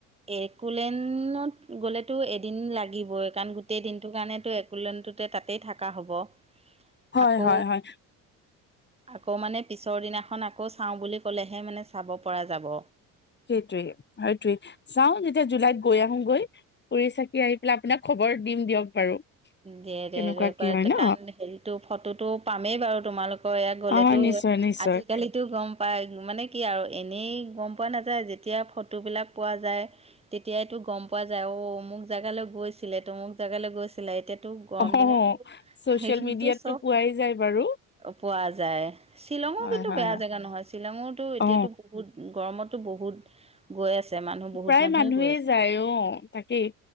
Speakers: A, on the right; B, on the left.
A: একলেনত গ'লেতো এদিন লাগিবই কাৰণ গোটেই দিনটোৰ কাৰণো একনতে তাতেই থাকা হ'ব।
B: হয়
A: আকৌ
B: -হয় -হয়
A: আকৌ মানে পিছৰ দিনাখন আকৌ চাওঁ বুলি ক'লেহে মানে চাব পৰা যাব।
B: সেইটোৱে সটোোৱেই চাও যেতিয়া জুলাইত গৈ আহো গৈ কৰিুৰি চাকি আহি পেলাই। আপোনাক খবৰ দিম দিয়ক বাৰু।
A: দে
B: কেনেকুৱা
A: -দে- দে
B: কি হয় ন
A: কাৰণ হেৰিতটো ফটোতটো পামেই বাৰু তোমালোকৰ ইয়াত গ'লেতো
B: অ নিশ্চয় নিশ্চয়
A: আজিকালিতো গম পাই মানে কি আৰু। এনেই গম পোৱা নাযায় যেতিয়া ফটোবিলাক পোৱা যায় তেতিয়াইতো গম পোৱা যায় আৰু। মোক জেগালৈ গৈছিলে তো মোক জেগালৈ গৈছিল। টো গৰম
B: অ
A: দিনতো
B: চচিয়েল
A: সেইখিনিতো
B: মিডিয়াতটো
A: চব।
B: পোৱাই যায় বাৰু
A: পোৱা যায় শ্বিলঙো
B: হয়
A: কিন্তু
B: হয়
A: বেয়া জেগা নহয় শ্বিলঙৰতো এতিয়াতো
B: অ
A: বহুত। গৰমতো বহুত গৈ আছে মানুহ বহুত
B: প্ৰায়
A: মানুহে
B: মানুহেই
A: গৈ আছে
B: যায় অ তাকেই